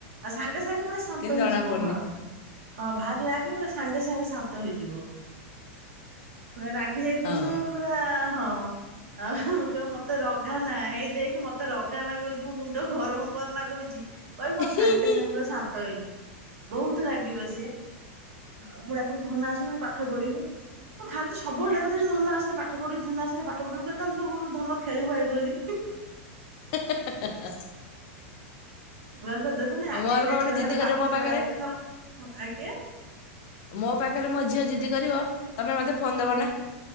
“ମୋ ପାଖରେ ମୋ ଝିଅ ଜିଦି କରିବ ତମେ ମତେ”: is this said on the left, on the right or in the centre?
Left